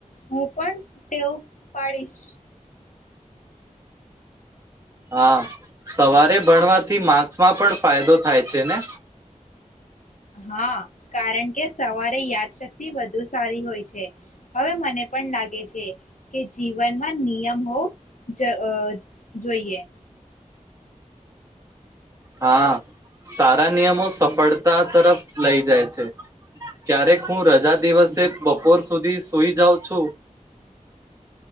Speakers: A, on the left; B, on the right.
A: હું પણ ટેવ પાડીશ.
B: હા સવારે ભણવાથી માર્ક્સમાં પણ ફાયદો થાય છે ને?
A: હા કારણ કે સવારે યાદશક્તિ વધુ સારી હોય છે. હવે મને પણ લાગે છે કે જીવનમાં નિયમ હોવું જ અહ જોઈએ.
B: હા સારા નિયમો સફળતા તરફ લઈ જાય છે ક્યારેક હું રજા દિવસે બપોર સુધી સુઈ જાઉં છું.